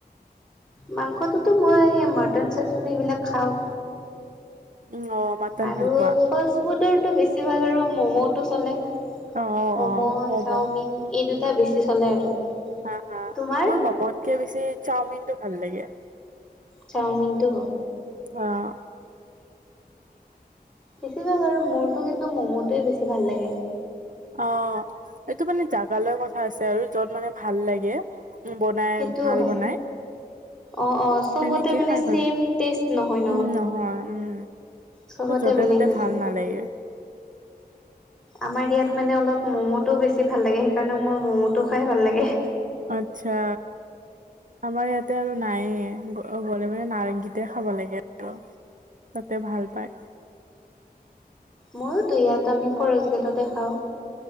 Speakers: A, in the centre; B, on the right.
A: মাংসটোতো মই মাটান চাটান এইবিলাক খাওঁ।
B: উম অ'। মাটন
A: আৰু
B: ভাল পোৱা?
A: ফাষ্ট ফুডৰটো বেছিভাগ আৰু ম'ম'টো চলে।
B: অ',
A: ম'ম,
B: অ', ম'ম'
A: চাওমিন, এই দুটা বেছি চলে আৰু।
B: হাঁ, হাঁ
A: তোমাৰ?
B: মোৰ ম'মত্কে বেছি চাওমিনটো ভাল লাগে।
A: চাওমিনটো অঁ
B: অঁ।
A: বেছিভাগ আৰু মোৰতো কিন্তু ম'মটোৱে বেছি ভাল লাগে।
B: অঁ, এইটো মানে জাগালৈ কথা আছে আৰু য'ত মানে ভাল লাগে। উম বনাই,
A: সেইটোও
B: ভাল
A: হয়
B: বনাই।
A: অ অ চবতে
B: তেনেকেই
A: মানে
B: খাই
A: ছেম
B: ভাল
A: টেষ্ট নহয়
B: উম, নহয় উম।
A: চবতে
B: য'তে-ত'তে
A: বেলেগ বেলেগ।
B: ভাল নালাগে।
A: আমাৰ ইয়াত মানে অলপ ম'মটো বেছি ভাল লাগে। সেইকাৰণে মোৰ ম'ম'টো খাই ভাল লাগে।
B: আচ্ছা আমাৰ ইয়াতে আৰু নায়েই। গ' গ'লে মানে নাৰাংগিতে খাব লাগে আৰু তাতে ভাল পাই।
A: মইওটো ইয়াত আমি ফৰেষ্ট গেটতে খাওঁ।